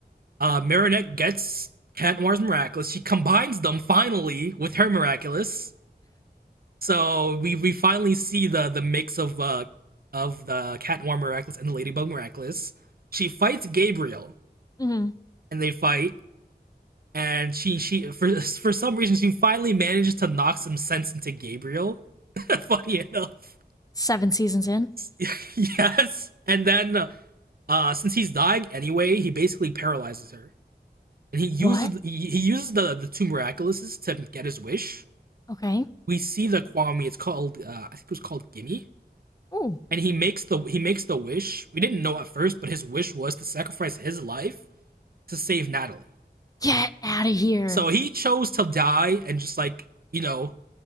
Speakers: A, on the right (about 60°); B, on the left (about 20°).
A: uh, Marinette gets Cat Noir's miraculous. She combines them finally with her miraculous, so we we finally see the the mix of uh of the Cat Noir Miraculous and the Ladybug Miraculous. She fights Gabriel,
B: Mhm.
A: and they fight. and she she for for some reason she finally manages to knock some sense into Gabriel. <laughs> Funny enough,
B: Seven seasons in.
A: <laughs> yes. And then uh, since he's dying anyway, he basically paralyzes her, and he uses
B: What?
A: he, he uses the the two miraculouses to get his wish.
B: Okay.
A: We see the Kwame. It's called uh, I think it was called Gimme,
B: Oh,
A: and he makes the he makes the wish. We didn't know at first, but his wish was to sacrifice his life to save Natalie.
B: get out of here.
A: So he chose to die and just like you know